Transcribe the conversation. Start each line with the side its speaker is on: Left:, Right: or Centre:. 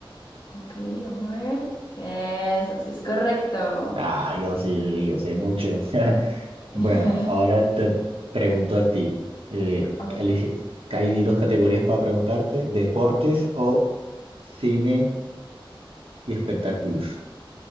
Left: Ok, vamos a ver. Eso sí es correcto.
Right: Ah, yo sí, yo sé mucho. <laughs>
Left: <laughs>
Right: Bueno, ahora te pregunto a ti. Eh,
Left: Ok.
Right: elige- hay dos categorías para preguntarte, deportes o Cine y espectáculos.